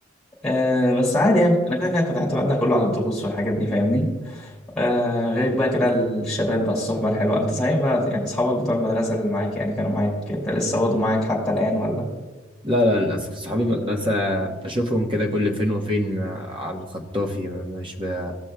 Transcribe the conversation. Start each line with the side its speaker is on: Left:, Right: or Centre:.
Centre: آه بس عادي يعني انا كده كده كنت اعتمدنا كله على الدروس والحاجات دي فاهمني آه غير بقى كده الشباب بقى الصحبة الحلوة انت صحيح بقى يعني اصحابك بتوع المدرسة اللي معاك يعني كانوا معاك انت لسه برضه معاك حتى الآن ولا
Right: لا لا للأسف صحابي المدرسة بشوفهم كده كل فين وفين على الخطافي مش ب...